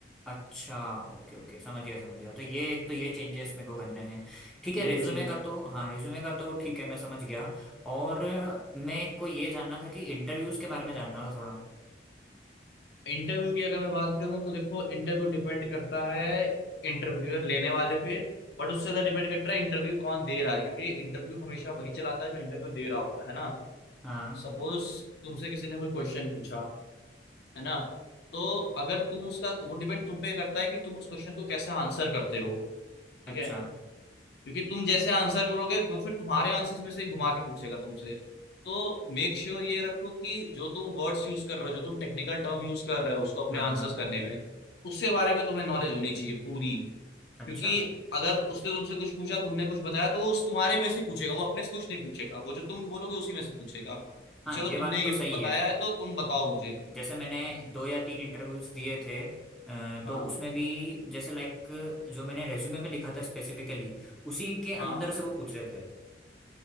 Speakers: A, in the centre; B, on the left (about 65°).
A: अच्छा ओके ओके समझ गया समझ गया तो ये एक तो ये चेंजेस मेरे को करने हैं ठीक है
B: ये
A: रेज्यूमे
B: एक चीज
A: का तो हाँ रेज्यूमे का तो ठीक है मैं समझ गया और मैं को ये जानना था कि इंटरव्यूज के बारे में जानना था थोड़ा
B: इंटरव्यू की अगर मैं बात करूं तो देखो इंटरव्यू डिपेंड करता है इंटरव्यूअर लेने वाले पे बट उससे ज्यादा डिपेंड करता है इंटरव्यू कौन दे रहा है क्योंकि इंटरव्यू हमेशा वही चलाता है जो इंटरव्यू दे रहा होता है ना
A: हाँ
B: सपोज तुमसे किसी ने कोई क्वेश्चन पूछा है ना तो अगर तुम उसका वो डिपेंड तुम पे करता है कि तुम उस क्वेश्चन को कैसे आंसर करते हो ठीक
A: अच्छा
B: है क्योंकि तुम जैसे आंसर करोगे वो फिर तुम्हारे आंसर्स में से ही घुमा के पूछेगा तुमसे तो मेक श्योर sure ये रखो कि जो तुम वर्ड्स यूज कर रहे हो जो तुम टेक्निकल टर्म यूज कर रहे हो उसको अपने
A: हाँ
B: आंसर्स
A: हाँ
B: करने में उससे बारे में तुम्हें नॉलेज होनी चाहिए पूरी
A: अच्छा
B: क्योंकि अगर उसने तुमसे कुछ पूछा तुमने कुछ बताया तो वो उस तुम्हारे में से ही पूछेगा वो अपने से कुछ नहीं पूछेगा वो जो तुम बोलोगे उसी में से पूछेगा कि
A: हाँ
B: चलो
A: ये
B: तुमने
A: बात
B: ये
A: तो सही
B: बताया
A: है
B: है तो तुम बताओ मुझे
A: जैसे मैंने दो या तीन इंटरव्यूज दिए थे अ,
B: हाँ
A: तो उसमें भी जैसे लाइक जो मैंने रेज्यूमे में लिखा था स्पेसिफिकली उसी के अंदर
B: हाँ
A: से वो पूछ रहे थे